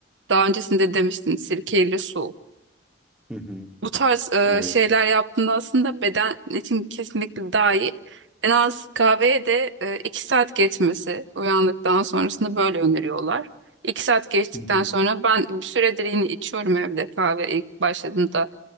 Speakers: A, on the right (about 85°); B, in the centre.
A: Daha öncesinde demiştin sirkeyle su.
B: Hı hı.
A: Bu tarz e,
B: Evet.
A: şeyler yaptığında aslında beden için kesinlikle daha iyi. En az kahveye de e, iki saat geçmesi uyandıktan sonrasında böyle öneriyorlar. İki saat geçtikten
B: Hı hı.
A: sonra ben bir süredir yine içiyorum evde kahve ilk başladığımda